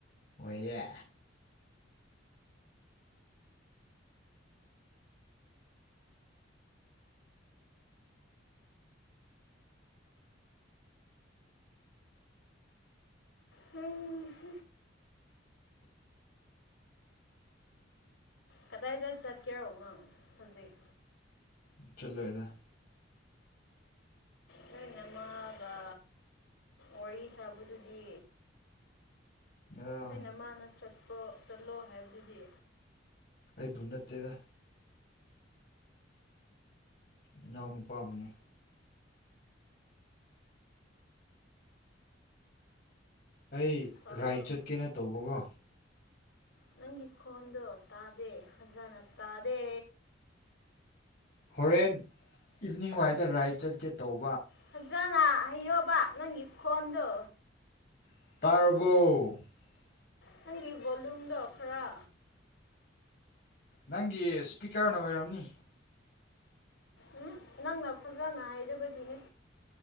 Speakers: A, on the left; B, on the left.
A: ꯑꯣꯏꯌꯦ
B: ꯍꯨꯝ ꯀꯗꯥꯏꯗꯠ ꯆꯠꯀꯦꯔꯣ ꯅꯪ ꯍꯧꯖꯤꯛ
A: ꯆꯌꯂꯣꯏꯗ
B: ꯅꯣꯏ ꯅꯃꯥꯒ ꯋꯥꯔꯤ ꯁꯥꯕꯗꯨꯗꯤ
A: ꯑ
B: ꯑꯩꯅ ꯃꯥꯅ ꯆꯠꯄ꯭ꯔꯣ ꯆꯠꯂꯣ ꯍꯥꯏꯕꯗꯨꯗꯤ
A: ꯑꯩꯕꯨ ꯅꯠꯇꯦꯗ ꯏꯅꯥꯎ ꯅꯨꯨꯄꯥꯕꯨꯅꯦ ꯑꯩ
B: ꯇꯥꯕ꯭ꯔꯣ
A: ꯔꯥꯏ ꯆꯠꯀꯦꯅ ꯇꯧꯕꯒꯣ
B: ꯅꯪꯒꯤ ꯈꯣꯟꯗꯣ ꯇꯥꯗꯦ ꯐꯖꯅ ꯇꯥꯗꯦ
A: ꯍꯣꯔꯦꯟ ꯏꯚꯤꯅꯤꯡ ꯋꯥꯏꯗ ꯔꯥꯏꯠ ꯆꯠꯀꯦ ꯇꯧ
B: ꯐꯖꯅ ꯍꯌꯣꯕ ꯅꯪꯒꯤ ꯈꯣꯟꯗꯨ
A: ꯇꯥꯔꯕꯣ
B: ꯅꯪꯒꯤ ꯕꯣꯂꯨꯝꯗꯣ ꯈꯔ
A: ꯅꯪꯒꯤ ꯏꯁꯄꯤꯀꯔꯅ ꯑꯣꯏꯔꯝꯅꯤ
B: ꯎꯝ ꯅꯪꯅ ꯐꯖꯅ ꯍꯥꯏꯖꯕꯒꯤꯅꯦ